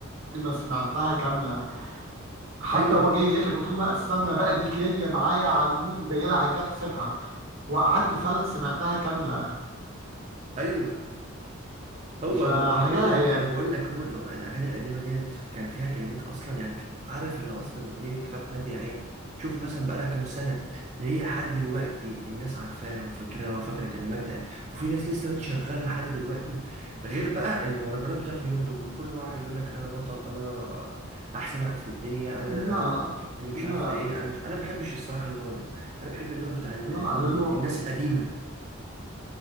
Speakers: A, on the right; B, on the right.
A: ما سمعتها كاملة حتى
B: ايوه
A: هو جاي يقلب قلت له لا استنى بقى دي جايه معايا على المود وجايه لها على الجرح سيبها وقعدت فعلا سمعتها كامله
B: ايوه هو
A: فحاجه
B: هو انا بقول لك
A: يعني
B: انا بقول لك هو الأغ- الاغاني القديمه ديت كان فيها كلمات اصلا يعني كت- عارف اللي اصلا اغنيه كتاب حياتي يا عين شوف مثلا بقى لها كام سنه اللي هي لحد دلوقتي الناس عارفاها وفاكراها وفاكره كلماتها وفي ناس لسه بتشغلها لحد دلوقتي غير بقى المهرجانات بتاعته اليومين دول كل واحد يقول لك انا بطل انا احسن واحد في الدنيا انا
A: لا لا
B: اللي مش
A: لا لا
B: عارفه ايه انا مش انا ما بحبش الصراحه النوع ده انا بحب النوع بتاع اللي
A: لا, لا
B: هو الناس
A: لانه
B: القديمه